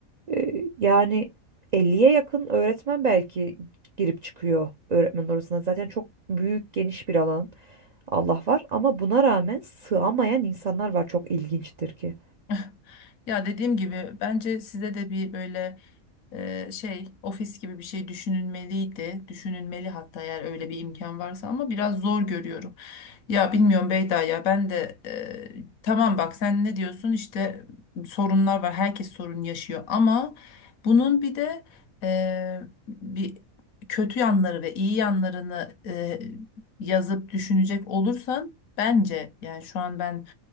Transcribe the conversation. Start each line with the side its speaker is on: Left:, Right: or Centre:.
Right: E, yani elliye yakın öğretmen belki girip çıkıyor öğretmen odasına. Zaten çok büyük, geniş bir alan. Allah var ama buna rağmen sığamayan insanlar var çok ilginçtir ki.
Left: <laughs> Ya dediğim gibi bence size de bir böyle e, şey ofis gibi bir şey düşünülmeliydi. Düşünülmeli hatta eğer öyle bir imkan varsa ama biraz zor görüyorum. Ya bilmiyorum Beyda ya ben de e, tamam bak sen ne diyorsun işte sorunlar var herkes sorun yaşıyor ama bunun bir de e, bir kötü yanları ve iyi yanlarını e, yazıp düşünecek olursan bence yani şu an ben